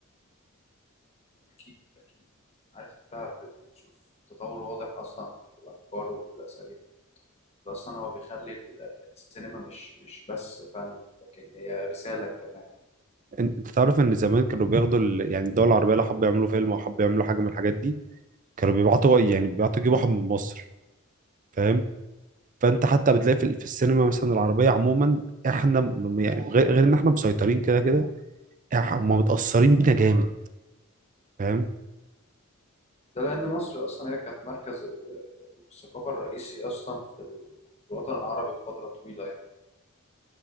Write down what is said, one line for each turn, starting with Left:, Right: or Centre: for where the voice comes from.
Left: أكيد أكيد عارف أنت بتشوف تطور واضح أصلا في الأفكار وفي الأساليب ده أصلا هو بيخلي ال- السينما مش مش بس فن لكن هي رسالة كمان
Right: انت أنت تعرف ان زمان كانوا بياخدوا ال... يعني الدول العربيه لو حبوا يعملوا فيلم او حبوا يعملوا حاجه من الحاجات دي كانوا بيبعتوا يعني بيبعتوا يجيبوا واحد من مصر فاهم فانت حتى بتلاقي في, ال- في السينما مثلا العربيه عموما احنا م- يعني غير, غير ان احنا مسيطرين كده كده إح- هم متاثرين بينا جامد فاهم
Left: ده لأن مصر أصلا هي كانت مركز ال- الثقافة الرئيسي أصلا في ال- في الوطن العربي فترة طويلة يعني